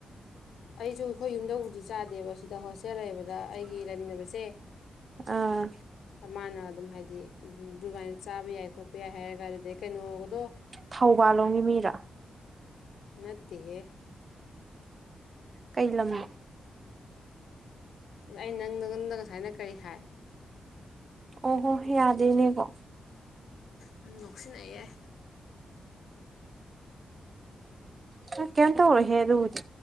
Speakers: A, on the left (about 80°); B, on the right (about 45°).
A: ꯑꯩꯁꯨ ꯑꯩꯈꯣꯏ ꯌꯨꯝꯗꯕꯨꯖꯤꯗꯤ ꯆꯥꯗꯦ ꯗꯦꯕ ꯁꯤꯗ ꯍꯣꯁꯇꯦꯜ ꯂꯩꯕꯗ ꯑꯩꯒꯤ ꯂꯩꯃꯤꯟꯅꯕꯁꯦ
B: ꯑꯥ
A: ꯃꯥꯅ ꯑꯗꯨꯝ ꯍꯥꯏꯗꯤ ꯗꯨꯕꯥꯅ ꯆꯥꯕ ꯌꯥꯏ ꯈꯣꯠꯄ ꯌꯥꯏ ꯍꯥꯏꯔꯒ ꯀꯗ ꯀꯩꯅꯣꯒꯗꯣ
B: ꯊꯧꯕꯥꯜꯂꯣꯝꯒꯤ ꯃꯤꯔꯥ
A: ꯃꯠꯇꯍꯦ
B: ꯀꯩ ꯂꯝꯉ
A: ꯑꯩ ꯅꯪꯗ ꯉꯝꯗ ꯉꯁꯥꯏꯅ ꯀꯔꯤ ꯍꯥꯏ
B: ꯑꯣ ꯍꯣ ꯌꯥꯗꯦꯅꯦꯀꯣ
A: ꯅ ꯅꯣꯛꯁꯤꯟꯅꯩꯑꯦ
B: ꯀꯇ ꯍꯦꯗ ꯎ